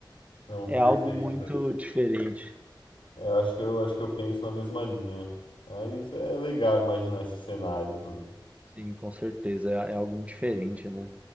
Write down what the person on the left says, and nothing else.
Não,
perfeita.
É, eu acho que eu acho que eu penso na mesma linha. Mas é legal imaginar esses cenários, né?